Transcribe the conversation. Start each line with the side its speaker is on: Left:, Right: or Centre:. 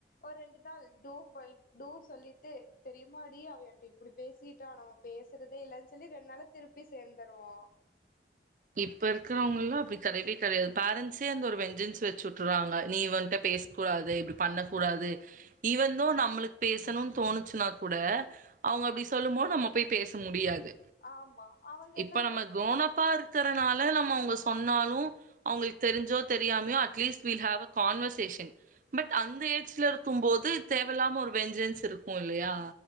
Left: ஒரு ரெண்டு நாள் டூ போய் டூ சொல்லிட்டு தெரியுமாடி அவ எண்ட்ட இப்படி பேசிட்டா நம்ம பேசுறதே இல்லன் சொல்லி ரெண்டு நாள்ள திருப்பி சேந்துருவோ
Right: இப்ப இருக்கறவங்க எல்லா அப்படி கெடையவே கெடையாது பேரண்ட்ஸே அந்த ஒரு வெஞ்சன்ஸ் வச்சு உட்றாங்க நீ இவன்ட்ட பேச கூடாது ப்படி பண்ணக்க கூடாது ஈவன் தோ நம்மளுக் பேசணுன் தோணுச்சுனா கூட அவங்க அப்படி சொல்லுபோ நம்ம போய் பேச முடியாது
Left: ஆமா அவங்க
Right: இப்ப
Left: என்ன
Right: நம்ம கோனப்பா இரு க்கிறனால நம்ம அவங்க சொன்னா ளு அவங்களுக்கு தெரிஞ்சோ தெரியாமையோ uh please we have a conversation but அந்த ஏஜ்ல இருக்கும் போது தேவலாம ஒரு வெஞ்சன்ஸ் இருக்கு இல்லையா